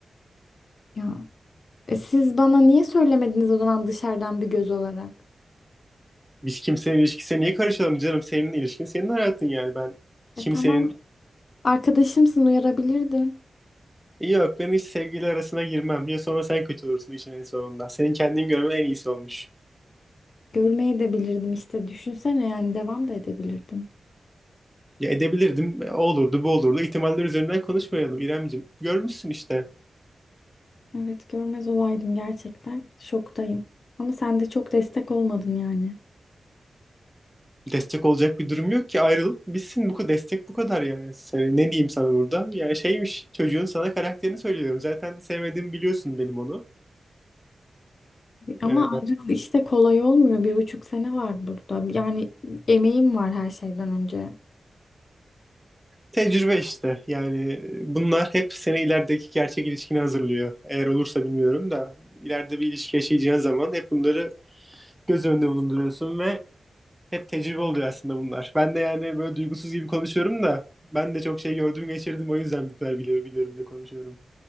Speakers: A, on the left; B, in the centre.
A: Ya e siz bana niye söylemediniz o zaman dışarıdan bir göz olarak?
B: Biz kimsenin ilişkisine niye karışalım canım? Senin ilişkin senin hayatın yani. Ben kimsenin
A: E tamam arkadaşımsın uyarabilirdin.
B: yok ben hiç sevgili arasına girmem. Ya sonra sen kötü olursun işin en sonunda. Senin kendini görmen en iyisi olmuş.
A: Görmeye de bilirdim işte düşünsene yani devam da edebilirdim.
B: Ya edebilirdim. O olurdu bu olurdu. İhtimaller üzerinden konuşmayalım İremciğim. Görmüşsün işte.
A: Evet görmez olaydım gerçekten. Şoktayım. Ama sen de çok destek olmadın yani.
B: destek olacak bir durum yok ki ayrılıp bitsin bu kadar destek bu kadar yani. Sen- ne diyeyim sana burada? Yani şeymiş çocuğun sana karakterini söylüyorum. Zaten sevmediğimi biliyorsun benim onu.
A: Ama
B: Ee,
A: ayrılık işte kolay olmuyor. Bir buçuk sene var burada. Yani emeğim var her şeyden önce.
B: tecrübe işte yani bunlar hep seni ilerideki gerçek ilişkine hazırlıyor. Eğer olursa bilmiyorum da ileride bir ilişki yaşayacağın zaman hep bunları göz önünde bulunduruyorsun ve hep tecrübe oluyor aslında bunlar. Ben de yani böyle duygusuz gibi konuşuyorum da ben de çok şey gördüm geçirdim o yüzden bu kadar biliyorum, biliyorum da konuşuyorum.